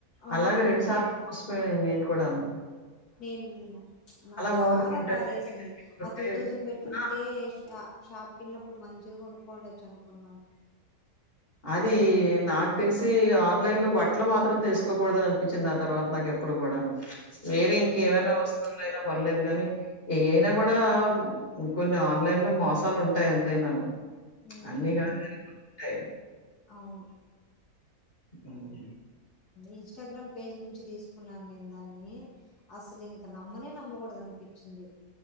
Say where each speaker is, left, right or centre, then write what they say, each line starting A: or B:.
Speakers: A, on the left; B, on the left.
A: అవును
B: అలాగే రెండు సార్లు నేన్ కూడను
A: నేను నాకు
B: బాగుంది
A: చాలా
B: ప్రింట్
A: బాధేసింది
B: అని చెప్పి తెప్పించుకుంటే
A: ఆ టూ థౌజంన్ బెట్టుంటే
B: ఆ!
A: షా షాప్కి ఎళ్ళినప్పుడు మంచిది కొనుక్కో ఉండచ్చు అనుకున్నాను.
B: అది నాకు తెల్సి ఆన్లైన్ లో బట్టలు మాత్రం తీసుకోకూడదని అనిపించింది ఆ తర్వాత నాకు ఎప్పుడు కూడాను. వేరే
A: హ్మ్.
B: ఇంకెవైనా
A: హ్మ్.
B: వస్తువులైనా పర్లేదు గానీ ఏయ్ అయినా కూడా కొన్ని ఆన్లైన్ లో మోసాలు ఉంటాయ్ ఎంతైనాను.
A: హ్మ్.
B: అన్నీ కాదు కాని కొన్ని ఉంటాయ్.
A: అవును
B: బాగలేదు
A: ఇన్‌స్టాగ్రామ్ పేజ్ నుంచి దీస్కున్నాన్ నేన్ దాన్ని అస్సలు ఇంక నమ్మనే నమ్మగూడద అనిపించింది.